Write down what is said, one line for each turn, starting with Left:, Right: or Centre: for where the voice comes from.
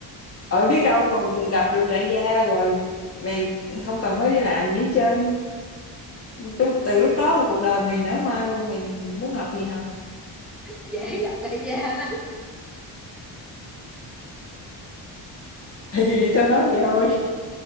Left: Ở biết đâu mà gặp được đại gia rồi mày không cần phải đi làm gì hết trơn. Từ, từ lúc đó là cuộc đời mày nở hoa luôn, mày muốn học gì học.
Centre: dễ gặp đại gia lắm
Left: <laughs> Thì tao nói vậy thôi.